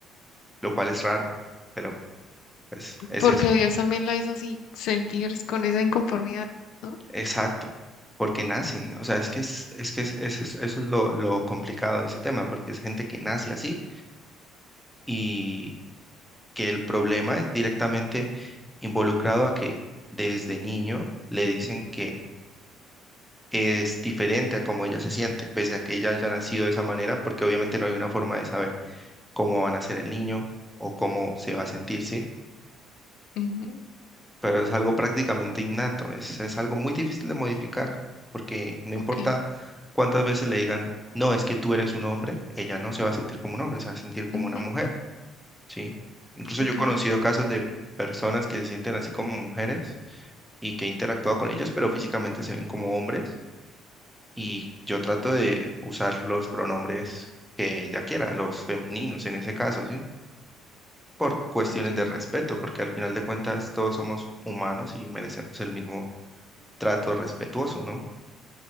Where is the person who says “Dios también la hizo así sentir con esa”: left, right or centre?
Left